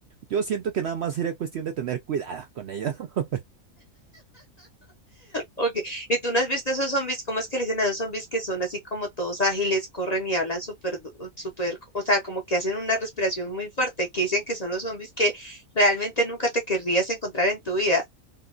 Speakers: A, on the right (about 65°); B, on the left (about 40°).
A: yo siento que nada más sería cuestión de tener cuidado con ellos. <laughs>
B: Okay. ¿Y tú no has visto esos zombies? ¿Cómo es que le dicen a los zombies que son así como todos ágiles, corren y hablan súper, du- súper, o sea, como que hacen una respiración muy fuerte, que dicen que son los zombies que realmente nunca te querrías encontrar en tu vida?